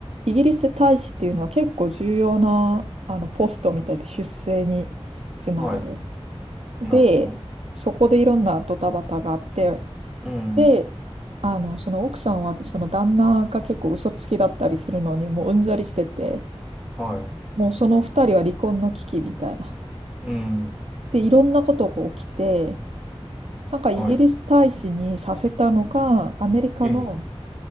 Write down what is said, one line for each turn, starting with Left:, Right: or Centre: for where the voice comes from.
Right: イギリス大使っていうのは結構重要なあのポストみたいで出世につながる。
Centre: はい。
Right: で、
Centre: なるほど。
Right: そこでいろんなドタバタがあって、
Centre: うん。
Right: で、あの、その奥さんはその旦那が結構嘘つきだったりするのにもううんざりしてて、
Centre: はい。
Right: もうその二人は離婚の危機みたいな。
Centre: うん。
Right: で、いろんなことが起きて、なんかイギリス大使にさせたのが、
Centre: はい。
Right: アメリカの
Centre: ええ。